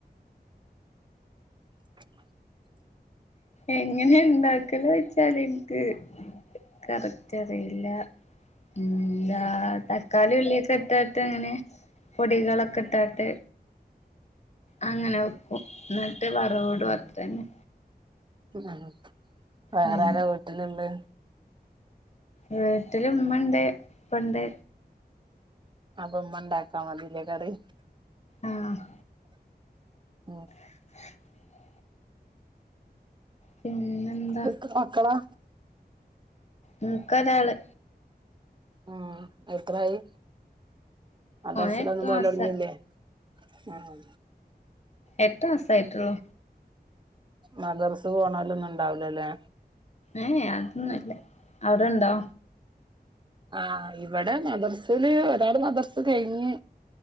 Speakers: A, on the right (about 30°); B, on the left (about 40°).
A: <inaudible>
B: എങ്ങനെ ഇണ്ടാക്കലോയ്ച്ചാല് ഇൻക്ക് കറക്റ്ററിയില്ല ഉം എന്താ
A: ഉം
B: തക്കാളി ഉള്ളിയൊക്കെ ഇട്ടാട്ടങ്ങനെ പൊടികളൊക്കെ ഇട്ടാട്ട് അങ്ങനെ വെക്കും ന്നട്ട് വറവ്ടും അത്രെന്നെ
A: ഉം വേറാരാ
B: ഉം
A: വീട്ട്ല്ള്ളത്
B: വീട്ട്ല് ഇമ്മണ്ട് ഇപ്പണ്ട്
A: അപ്പം ഇമ്മ ഇണ്ടാക്കാ മതില്ലേ കറി
B: ആഹ്
A: ഉം
B: <unintelligible> പിന്നെന്ത
A: എത്ര മക്കളാ
B: ഇൻക്കൊരാള്
A: ആഹ് എത്രായി മദർസിലെന്നും
B: ഓന് എട്ട്
A: പോവലൊടങ്ങില്ലേ
B: മാസ
A: ആഹ്
B: എട്ട് മാസായിട്ടൊള്ളൂ
A: മദർസ് പോണല്ലൊന്നും ഇണ്ടാവൂലല്ലേ
B: എ ഏ അതൊന്നുല്ല അവിടെണ്ടോ
A: ആഹ് ഇവിടെ മദർസില് ഒരാള് മദർസ് കഴിഞ്ഞ്